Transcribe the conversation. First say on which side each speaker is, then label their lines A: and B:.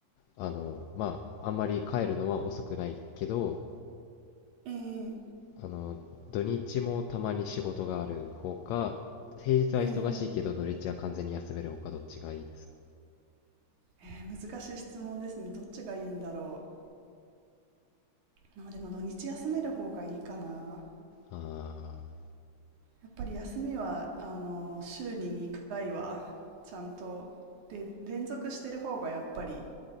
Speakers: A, on the left (about 75°); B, on the right (about 85°).
A: あの、まあ、あんまり帰るのは遅くないけど、
B: えー、
A: あの、土日もたまに仕事がある方か、平日は忙しいけど土日は完全に休める方かどっちがいいですか
B: えー、えー難しい質問ですね。どっちがいいんだろう。まあでも土日休める方がいいかな。
A: あ
B: やっぱり休みはあの週に2回はちゃんとで連続してる方がやっぱり